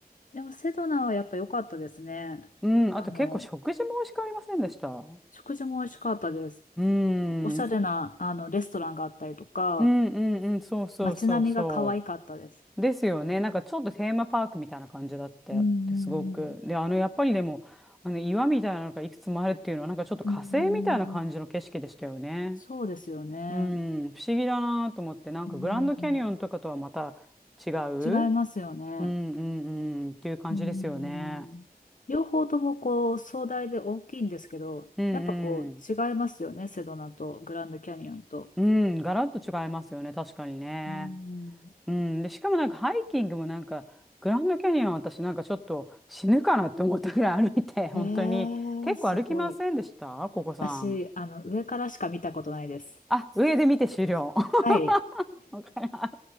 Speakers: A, on the left (about 55°); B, in the centre.
A: でもセドナはやっぱ良かったですね。
B: うん。
A: あの、
B: あと結構食事も美味しくありませんでしたう
A: 食事も美味しかったです。
B: ん。
A: おしゃれな、あの、レストランがあったりとか、
B: うんうんうん、そうそうそうそ
A: 街並みが可愛かったです。
B: う。ですよね。なんかちょっとテーマパークみたいな感じだって、
A: うん、
B: ですごく。
A: うん、
B: で、あの、やっぱりでも、あの、岩みたいなのがいくつもあるっていうのは、なんかちょっと火星みたいな感じの景色でしたよね。
A: うん、うんそうですよね。
B: うん、不思議だなと思って、なんかグランドキャニオンとかとはまた違う、
A: うん違いますよね。
B: うんうんうん、っていう感じですよね。
A: うん両方ともこう壮大で大きいんですけど、
B: うんうん。
A: やっぱこう違いますよね、セドナとグランドキャニオンと。
B: うん、ガラッと違いますよね、確かにね。
A: うーん。
B: うん、で、しかもなんかハイキングもなんか、グランドキャニオン私なんかちょっと死ぬかなって思ったぐらい歩いて、本当に。
A: え
B: 結構歩きませんでしたここさん。
A: えすごい。私、あの、上からしか見たことないです。
B: あ、上で見て終了。<laughs>
A: はい。
B: わかります